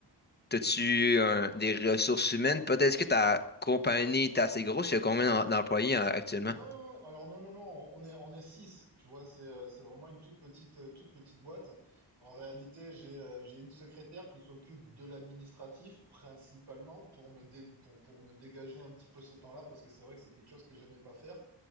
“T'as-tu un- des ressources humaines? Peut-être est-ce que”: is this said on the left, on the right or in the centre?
Left